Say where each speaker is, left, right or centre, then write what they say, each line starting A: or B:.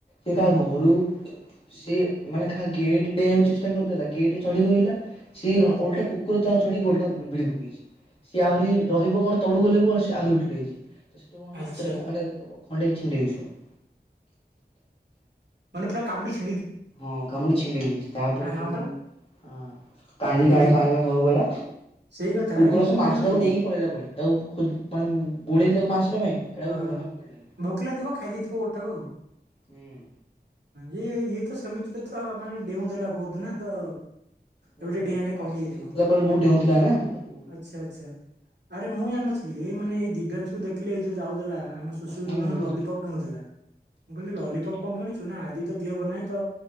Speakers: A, on the left (about 30°); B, on the right (about 85°).
A: ସେ
B: ହୁଁ
A: ତା
B: ହୁଁ
A: ଘରୁ ସିଏ ମାନେ କାହା ଗେଟ ଡେଇଁ ଆକୁ ଚେଷ୍ଟା କରିଥିଲା ଗେଟ୍ ଚଢିବ ସିଏ
B: ହୁଁ
A: ଓଲଟା କୁକୁର ତାର ଚଢି ଗୋଡଟା ଭିଡି ପକେଇଛି । ସିଏ ଆହୁରି ରହିବ କଣ ତଳୁ ଗଲେ କଣ ଆହୁରି ଉଠି ଯାଇଛି ତ ତୁ ମ
B: ଆଚ୍ଛା
A: ମାଂସର ମାନେ ଖଣ୍ଡେ ଛିଣ୍ଡେଇ ଦେଇଛି ତାର
B: ମାନେ ପୁରା କାମୁଡି ଛି
A: ହଁ କାମୁଡି ଛିଣ୍ଡି ଦେଇଛି ତାପରେ
B: ଆ ହଁ
A: ଯୋଉ
B: ବା
A: କା କା
B: ଏ
A: କା
B: ଦି
A: କା ଘ ଗଲା
B: ସେଇ କଥା
A: କୁକୁର
B: ଆରେ ମୁଁ
A: ସେ ମାଂସ
B: ଜାଣିନଥିଲି
A: ଟାକୁ ନେଇକି ପଳେଇଲା କୁଆଡେ ତାକୁ ମାନେ ଗୋଡେଇଲି ତାକୁ ମାଂସଟା ପାଇଁ ସେଟାକୁ
B: ଅ
A: ମାନେ ମିଳିଲାନି।
B: ଭୋକିଲା ଥିବ ଖାଇଦେଇଥିବ । ପୋଟା ଆଉ
A: ହୁଁ।
B: ହଁ ଇୟ ତ ସେମିତି ତ ମାନେ ଡେଉଁ ଦେଲା ବହୁତ ନା ତ
A: ହୁଁ
B: ଏବେ ଟିକେ ଡିଆଁ ଟିକେ
A: ଆ
B: କମି
A: ର ସି
B: ଯାଇଥିବ
A: ବି ଜିତିଲା ପରେ ବହୁତ ଡେଉଁଥିଲା ନା ତାକୁ
B: ଆଚ୍ଛା ଆଚ୍ଛା ଆରେ ମୁଁ ଜାଣି ନଥିଲି ମାନେ ଏଇ ଦିବ୍ୟାଂଶକୁଙ୍କୁ ଦେଖିଲି ଯଉ ଯାଉ ଆମ ସୁଶୀ
A: ହୁଁ
B: ଦୋକାନ
A: ହୁଁ
B: ଲଲିପପ
A: ହୁଁ।
B: କିଣୁଥିଲା ମୁଁ କହିଲି ଲଲିପପ କଣ କିଣୁଛୁ ସୁୁନା ହଦି ତ ଦିଅ ଭଲ ନାଇଁ ତ